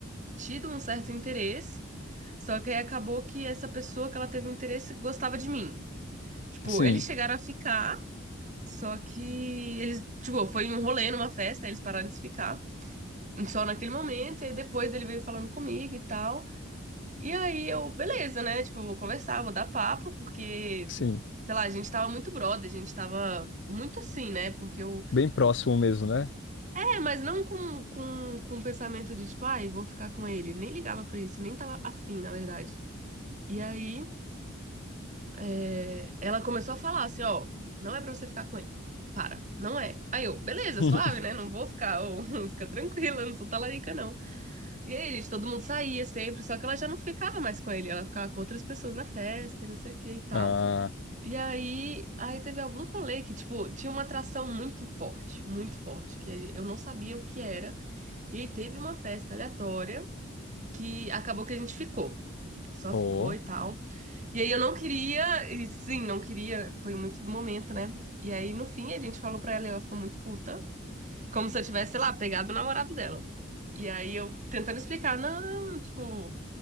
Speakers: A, on the right; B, on the left.
A: tido um certo interesse, só que aí acabou que essa pessoa que ela teve um interesse gostava de mim. Tipo,
B: sim,
A: eles chegaram a ficar, só que eles, tipo, foi um rolê numa festa, aí eles pararam de se ficar, só naquele momento, e depois ele veio falando comigo e tal. E aí eu, beleza, né? Tipo, vou conversar, vou dar papo, porque
B: sim,
A: sei lá, a gente tava muito brother, a gente tava muito assim, né? Porque o,
B: bem próximo mesmo, né?
A: É, mas não com, com, com o pensamento de tipo, ai, vou ficar com ele. Nem ligava pra isso, nem tava afim, na verdade. E aí, é, ela começou a falar assim: ó, não é pra você ficar com ele. Para, não é. Aí eu, beleza,
B: <laughs>
A: suave, né? Não vou ficar, ô, <laughs> fica tranquila, não sou talarica, não. E aí, gente, todo mundo saía sempre, só que ela já não ficava mais com ele, ela ficava com outras pessoas na festa, e não sei o que e tal.
B: Ah.
A: E aí, aí teve algum rolê que, tipo, tinha uma atração muito forte, muito forte, que eu não sabia o que era. E aí teve uma festa aleatória que acabou que a gente ficou. Só
B: Ó.
A: ficou e tal. E aí eu não queria, e sim, não queria, foi muito do momento, né? E aí no fim a gente falou pra ela e ela ficou muito puta, como se eu tivesse, sei lá, pegado o namorado dela. E aí eu tentando explicar, não, tipo,